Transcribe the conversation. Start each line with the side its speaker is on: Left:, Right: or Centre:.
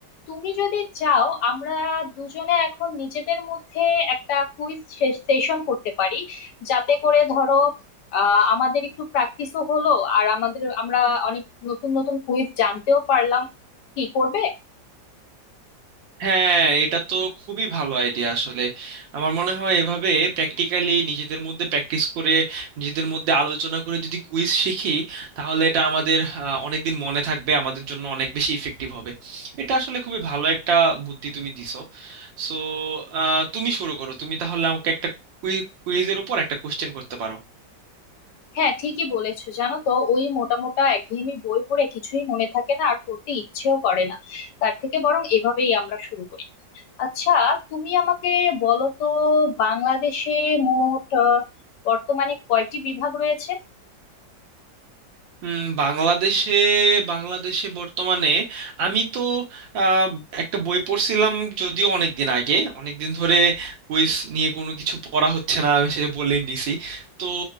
Left: তুমি যদি চাও আমরা দুজনে এখন নিজেদের মধ্যে একটা কুইজ সেশন করতে পারি যাতে করে ধরো আহ আমাদের একটু প্র্যাকটিসও হলো আর আমাদের আমরা অনেক নতুন নতুন কুইজ জানতেও পারলাম কি করবে
Right: হ্যাঁ এটা তো খুবই ভালো আইডিয়া আসলে আমার মনে হয় এভাবে প্র্যাকটিক্যালি নিজেদের মধ্যে প্র্যাকটিস করে নিজেদের মধ্যে আলোচনা করে যদি কুইজ শিখি তাহলে এটা আমাদের আহ, অনেকদিন মনে থাকবে আমাদের জন্য অনেক বেশি ইফেক্টিভ হবে এটা আসলে খুবই ভালো একটা বুদ্ধি তুমি দিছো সো তুমি শুরু করো তুমি তাহলে আমাকে একটা কুইজের উপর একটা কোশ্চেন করতে পারো
Left: হ্যাঁ ঠিকই বলেছো জানো তো ওই মোটা মোটা একঘেয়েমি বই পড়ে কিছুই মনে থাকে না আর পড়তে ইচ্ছেও করে না তার থেকে বরং এভাবেই আমরা শুরু করি আচ্ছা তুমি আমাকে বলো তো বাংলাদেশে মোট আহ, বর্তমানে কয়টি বিভাগ রয়েছে
Right: উম, বাংলাদেশে বাংলাদেশে বর্তমানে আমি তো আহ, একটা বই পড়ছিলাম যদিও অনেক দিন আগে অনেক দিন ধরে কুইজ নিয়ে কোনো কিছু পড়া হচ্ছে না আমি সেটা বলেই নিছি তো